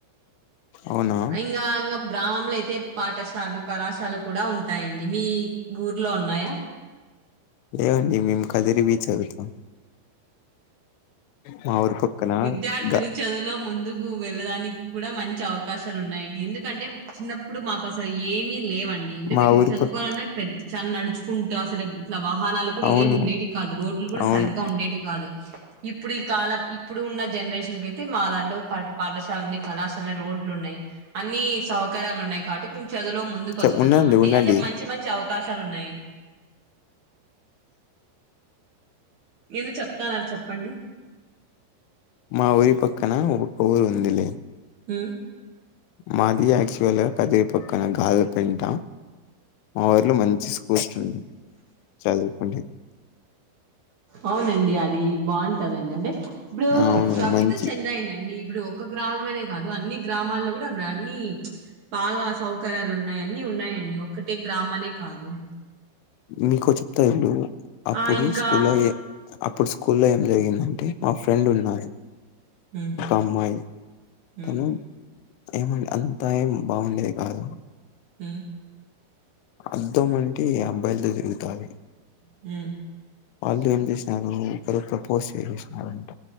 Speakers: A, on the left; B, on the right.
A: అవునా
B: ఇంగ అంగము. గ్రామంలో అయితే పాఠశాల కళాశాలు కూడా ఉంటాయండి మీ ఊర్లో ఉన్నాయా.
A: లేవండి మేము కదిరి బీ చదువుతాం. మా ఊరి పక్కన
B: విద్యార్థులు.
A: గా
B: చదువులో ముందుకు వెళ్ళడానికి కూడా మంచి అవకాశాలు ఉన్నాయడి ఎందుక్. కంటే చిన్నప్పుడు మాక్ అసలు ఏమీ లేవండి అంటే
A: మా
B: మేము
A: ఊరి
B: చదువుకోవాలన్నా
A: పక్క
B: పె చ నడుచు. కుంటూ అసలు ఇట్లా వాహనాలు కూడా
A: అవును
B: ఏం ఉండేటి కాదు రోడ్లు కూడా
A: అవును
B: సరిగ్గా ఉండేటి కాదు. ఇప్పుడు ఈ కాలం ఇప్పుడు ఉన్న జనరేషన్కి అయితే మా దాంట్లో పాట్. పాఠశాల ఉంది కళాశాల రోడ్లు ఉన్నాయి అన్ని సౌకర్యాలు ఉన్నాయి కాట్టి. ఉమ్ చదువులో ముందుకోస్తున్నామండి
A: చె ఉండండి ఉండండి
B: అంటే మంచి మంచి అవకాశాలు ఉన్నాయ్. ఏదో చెప్తాన్నారు చెప్పండి.
A: మా ఊరి పక్కన ఒక ఊరు ఉందిలే.
B: ఊ.
A: మాది ఆక్చువల్ కదీ పక్కన గాల్పెంట మాద్. మంచి స్కూల్స్ ఉండే చదువు కుంటే.
B: అవునండి అది బాగుంటదండి అంటే ఇప్పుడు
A: అవును
B: రడబ్బితో
A: మంచి
B: చెందాయండి ఇప్పుడు. ఒక గ్రామమేనే గాదు అన్ని గ్రామాల్లో కూడా అప్పుడు అన్ని. బాగా సౌకర్యాలు ఉన్నాయి అన్నీ ఉన్నాయండి ఒక్కటే గ్రామనే కాదు.
A: నీకో చెప్తా ఇను అప్పుడు
B: ఆ ఇంకా
A: స్కూల్లోఏ. అప్పుడు స్కూ లో ఏం జరిగిందంటే మా ఫ్రెండ్ ఉన్నారు.
B: హ్మ్
A: కామ్మై
B: హ్మ్
A: తను. ఏమ అంతా ఏం బాగుండేది కాదు
B: హ.
A: అర్ధం అంటే అబ్బాయిలతో తిరుగుతాది.
B: ఉ.
A: వాళ్ళు ఏం జెష్నరు ఒకరు ప్రపోజ్ చేసినారాంట.